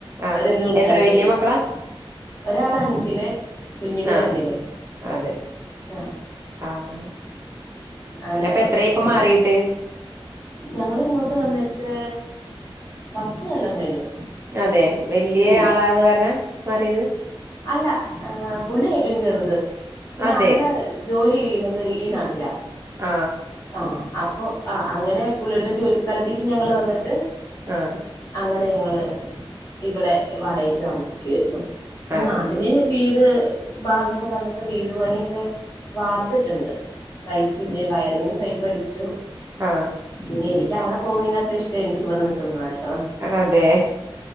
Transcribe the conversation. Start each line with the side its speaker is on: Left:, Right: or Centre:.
Right: ആഹ്
Left: അവരെന്ത് കൊടുത്താലും
Right: എത്ര വല്യ
Left: കഴിച്ചോളും
Right: മക്കളാ
Left: ഒരാള് അഞ്ചില് കുഞ്ഞിത്
Right: ആഹ്
Left: രണ്ടില്
Right: അതെ
Left: ആ
Right: ആഹ്
Left: അങ്ങനെ
Right: അപ്പൊ
Left: വേറെ
Right: എത്രായി
Left: പ്രശ്നൊന്നുല്ല
Right: ഇപ്പൊ മാറിട്ട്
Left: ഞങ്ങളിങ്ങോട്ട് വന്നിട്ട് പത്ത് കൊല്ലം കഴിഞ്ഞു
Right: അതെ വല്യ
Left: ഉം
Right: ആളാവ്പറഞ്ഞ മാറിയത്
Left: അല്ല പുള്ളി ഏറ്റവും ചെറുത് പിന്നെ
Right: അതെ
Left: ആളുടെ ജോലി ചെയ്യുന്നത് ഈ നാട്ടിലാ
Right: ആ
Left: ആ അപ്പൊ ആ അങ്ങനെ പുള്ളിയുടെ ജോലി സ്ഥലത്തേക്ക് ഞങ്ങള് വന്നിട്ട്
Right: ആഹ്
Left: അങ്ങനെയ ള് ഇവിടെ വാടകക്ക് താമസിക്കുകയായിരുന്നു പിന്നെ
Right: അതെ
Left: നാട്ടിലെ വീ ട് ഭാഗൊക്കെ തന്നിട്ട് വീടു പണിയൊക്കെ വാർത്തിട്ടുണ്ട് പൈപ്പ് പിന്നെ വയറിങ്ങിന് പൈപ്പ് അടിച്ചു
Right: ആ
Left: പിന്നെ എനിക്ക് അവിടെ പോകുന്നെ കാട്ടില് ഇഷ്ട എനിക്ക് ഇവിടെ നിക്കുന്നതാണ്
Right: അതെ